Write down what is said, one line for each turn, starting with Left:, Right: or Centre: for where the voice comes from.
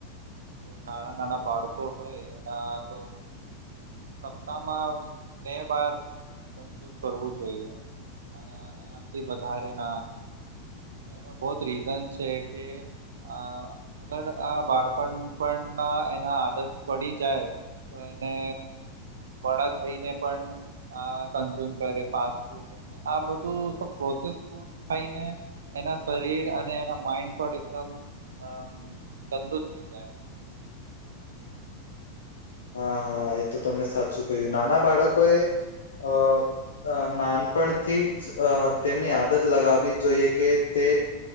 Right: જો નાના નાના બાળકો હોય એના તો સપ્તાહમાં બે વાર તંતુ કરવું જોઈએ અને એનાથી વધારે ના એનો બહત રીઝન છે, કે આ આગળ આ બાળપણ પણ ના એના આદત પડી જાય. તો એને વળ થઈને પણ કન્ઝ્યુમ કરે ફાસ્ટ ફૂડ આ બધુ પ્રોસેસ ફૂડ ખઈને એના શરીર અને એના માઈન્ડ પર એકદમ અ ઠંડુ થઈ જાય
Left: હા હા એ તો તમને સાચું કહ્યું નાના બાળકોએ અ અ નાનપણથી જ અ તેમની આદત લગાવવી જોઈએ કે તે